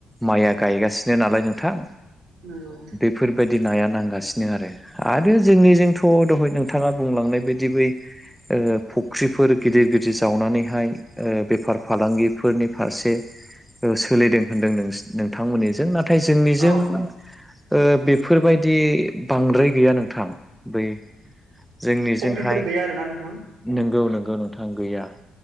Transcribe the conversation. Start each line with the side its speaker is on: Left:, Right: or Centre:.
Centre: माइया गायगासिनो नालाय नोंथां।
Right: नंगौ।
Centre: बेफोरबायदि नाया नांगासिनो आरो। आरो जोंनिजोंथ' दहाय नोंथाङा बुंलांनाय बायदि बै ओ फख्रिफोर गिदिर गिदिर जावनानैहाय ओ बेफार फालांगिफोरनि फारसे ओ सोलिदों होनदों नोंसि-नोंथांमोननिजों ना थाय जोंनिजों
Right: औ
Centre: ओ बेफोरबायदि बांद्राय गैया नोंथां। बै जोंनिजोंहाय
Right: फख्रिफोर गैया आरोना नोंथां।
Centre: नोंगौ नोंगौ नोंथां गैया,